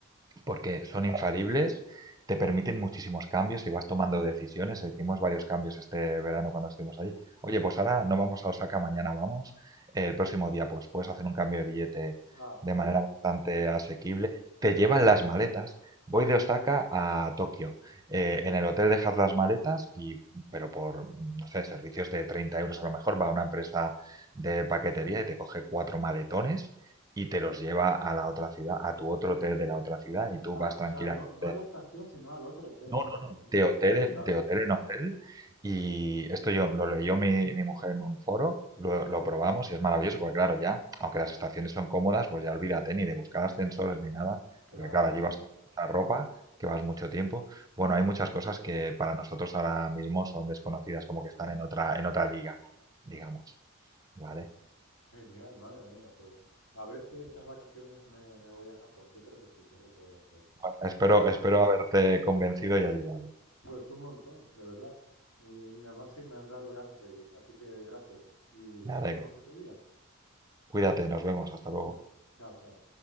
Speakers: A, on the right; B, on the left.
A: porque son infalibles, te permiten muchísimos cambios y vas tomando decisiones. Hicimos varios cambios este verano cuando estuvimos allí. Oye, pues ahora no vamos a Osaka, mañana vamos. Eh, El próximo día, pues puedes hacer un cambio de billete
B: Ah,
A: de
B: Sings.
A: manera bastante asequible. Te llevan las maletas. Voy de Osaka a Tokio. Eh, en el hotel dejas las maletas y, pero por, no sé, servicios de 30 euros a lo mejor va a una empresa de paquetería y te coge cuatro maletones y te los lleva a la otra ciudad, a tu otro hotel de la otra ciudad, y tú
B: Ah,
A: vas
B: o
A: tranquilamente.
B: sea, no, no a la estación, sino al otro hotel,
A: No,
B: madre
A: no, no,
B: mía,
A: de hotel
B: qué pasada.
A: en, de hotel, en hotel. Y esto yo lo leyó mi, mi mujer en un foro, lo, lo probamos y es maravilloso, porque claro, ya, aunque las estaciones son cómodas, pues ya olvídate ni de buscar ascensores ni nada,
B: Claro,
A: porque claro, allí vas con mucha ropa, que vas mucho tiempo. Bueno, hay muchas cosas que para nosotros ahora mismo son desconocidas, como que están en otra, en otra liga, digamos, ¿vale?
B: genial, madre mía, pues a ver si estas vacaciones me, me voy a Japón, yo creo que sí, que es lo que voy a hacer.
A: Bueno, espero,
B: Pues
A: espero haberte convencido y ayudado.
B: Pues un montón, de verdad. Y además sí me han dado ganas de ir. Así que gracias. Y
A: Me
B: nos
A: alegro.
B: vemos otro día.
A: Cuídate, nos vemos, hasta luego.
B: Sí. Chao, chao.